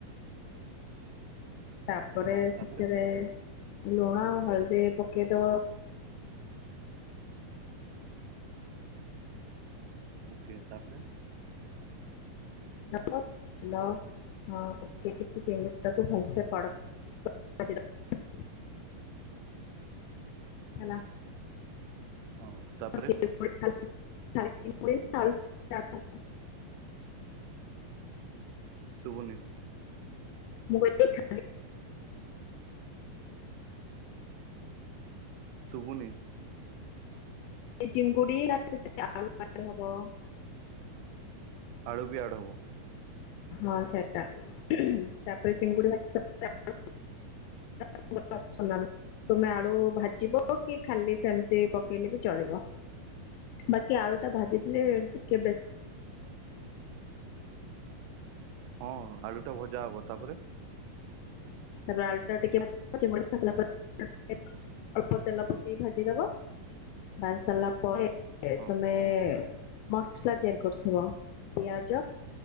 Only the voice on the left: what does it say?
ତାପରେ
ସେଥିରେ ଲୁଣ ହଳଦି ପ କେଇଦବ
ହ କଡ <inaudible> ଜି <inaudible> ହେଲା।
<unintelligible>
ମୁଁ କଇ ଦେ
ଚିଙ୍ଗୁଡ଼ି ନା ସେଥି <unintelligible> ଆଳୁ ହବ।
ହଁ ସେଟା ତାପରେ ଚିଙ୍ଗୁଡି ଭା <unintelligible> <unintelligible> ତୁମେ ଆଳୁ ଭାଜିବ କି ଖାଲି ସେମିତି ପକେଇଲେ ବି ଚଳିବ। ବାକି ଆଳୁ ଟା ଭାଜିଥିଲେ ଟିକେ ବେ
ତାପ ଆଳୁଟା ଟିକେ <unintelligible> ଅଳ୍ପ ତେଲ ପକେଇ ଭାଜି ଦବ ଭାଜିସାରିଲା ପରେ
ତମେ ମ ସଲା ତିଆରି କରୁଥିବ ପିଆଜ